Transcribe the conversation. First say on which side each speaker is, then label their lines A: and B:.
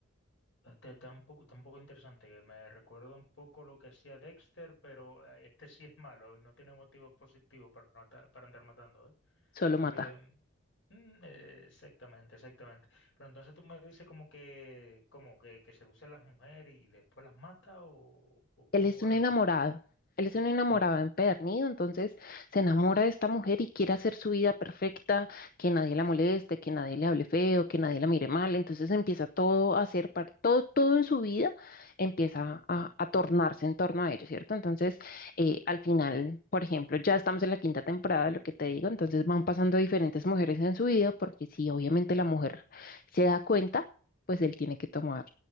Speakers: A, on the left; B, on the left.
A: Este está un poco, está un poco interesante, que me recuerda un poco lo que hacía Dexter, pero eh, este sí es malo y no tiene motivos positivos para, matar- para andar matando, ¿eh?
B: solo
A: Así
B: mata.
A: que, mm, eh, exactamente, exactamente. Pero entonces tú me dices como que, como que, que seduce a las mujeres y después las mata o, o cómo
B: Él es
A: va
B: un
A: la
B: enamorado,
A: cuestión.
B: él es un enamorado
A: Ujú.
B: empedernido, entonces se enamora de esta mujer y quiere hacer su vida perfecta, que nadie la moleste, que nadie le hable feo, que nadie la mire mal, entonces empieza todo a hacer, par- todo, todo en su vida empieza a, a tornarse en torno a ello, ¿cierto? Entonces, eh, al final, por ejemplo, ya estamos en la quinta temporada, lo que te digo, entonces van pasando diferentes mujeres en su vida, porque si obviamente la mujer se da cuenta, pues él tiene que tomar